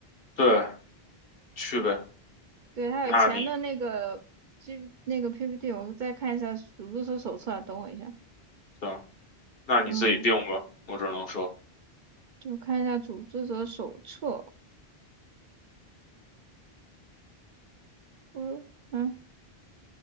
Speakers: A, on the left; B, on the right.
A: 对，去呗。
B: 对，它有钱的那个，
A: 那你
B: 就那个 PPT，我再看一下组织者手册啊等我一下。
A: 行，那你自己定吧。
B: 嗯，
A: 我只能说，
B: 就看一下组织者手册，不是嗯，